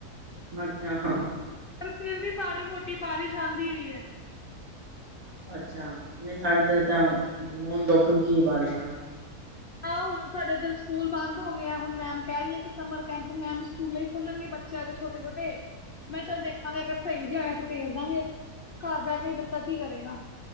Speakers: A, on the right; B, on the left.
A: ਅੱਛਾ ਹਾਂ
B: ਪਰ ਫਿਰ ਵੀ ਮਾੜੀ ਮੋਟੀ ਬਾਰਿਸ਼ ਆਉਂਦੀ ਰਹੀ ਹੈ
A: ਅੱਛਾ ਨਹੀਂ ਸਾਡੇ ਤੇ
B: ਹਾਂਜੀ
A: ਤਾਂ ਹੁਣ ਦੁੱਖ ਕੀ ਬਾਲਿਸ਼ਾਂਣਾ <inaudible>
B: ਆਾਂ ਹੁਣ ਸਾਡੇ ਇਧਰ ਸਕੂਲ ਬੰਦ ਹੋ ਗਿਆ ਹੁਣ ਮੈਮ ਕਹਿ ਰਹੀ ਆ ਕਿ ਸਮਰ ਕੈਂਪ ਮੈਮ ਸਕੂਲ ਹੀ ਖੁਲਣਗੇ ਬੱਚਿਆਂ ਦੇ ਛੋਟੇ ਛੋਟੇ ਮੈਂ ਚੱਲ ਦੇਖਾਂਗੇ ਅਗਰ ਸਹੀ ਜ ਆ ਤੇ ਭੇਜ ਦਾਂਗੇ ਘਰ ਬਹਿ ਕੇ ਹੀ ਬੱਚਾ ਕੀ ਕਰੇਗਾ